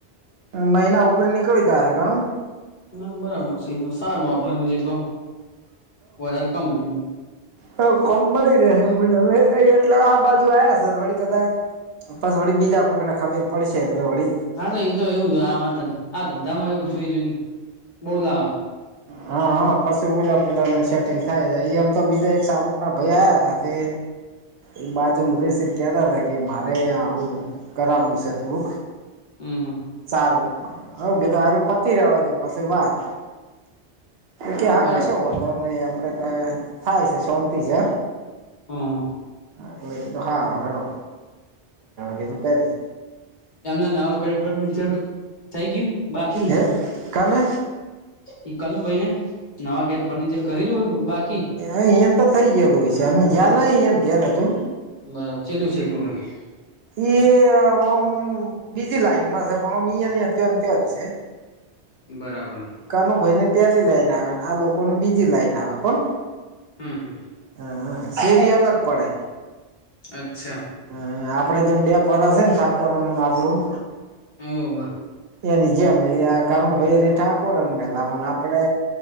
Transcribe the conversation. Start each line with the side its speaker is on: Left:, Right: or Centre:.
Right: મહિના ઉપર નીકળી જાય હ કા.
Left: હા બરાબર છે તો સારું આપડ તો જેટલ, વધારે કમે એટલ.
Right: હ કોમ મળી રહે મુજબ એટલે આ બાજુ આવ્યા છે વળી કદાચ બસ વળી બીજા કોક ને ખબીર પડશે એટલે વળ
Left: હા ન એ તો એવું આ આ ધંધા માં એવું જોઈ જોઈને બોલા આવે.
Right: હા હા પછી ઉલા પુલાને સેટિંગ થાય જાય એમ તો બીજું એક સારું ના ભૈયાયા તે એ બાજુમાં રસી કેતા હતા કે મારે આવું કરું છે થોડુંક.
Left: હમ હમ.
Right: સારુંમાં, હ કેતો આારું પતિ રવા દે પાછી વાત. કે હા
Left: બરાબર
Right: કશ હોવા તો નહી આપડે થાય છે શાંતિ છે.
Left: હમ્મ.
Right: એટલે કીધું હારો, વેડો કીધું કરી.
Left: એમના નાવા કર ફર્નિચર થઈ ગયું બાકી?
Right: હે કાલે
Left: ઈ કનુ ભાઈ ને નવા ઘેર ફર્નિચર કરેલું હોય બાકી?
Right: અ એન તો થઈ ગયેલું હોય છે અમે જયા એને કે્યારે છુ.
Left: બરાબર છેલું છેટું હ?
Right: એ ઓમ બીજી લાઈનમાં છે પણની હતંત જ છે.
Left: બરાબર.
Right: કાનુ ભાઈ ને પેલી લાઈન આવેને આ લોકોને બીજી લાઈન આવે કોણ.
Left: હમ હા.
Right: હમ સીરી અલગ પડે.
Left: અચ્છા.
Right: હમ આપડે જેમ બે ફર છે ને સાકુરનું આપડું.
Left: ઓહો
Right: એની જેમ કાનુભાઈ ર ઠાકોરનમેલાને આપડે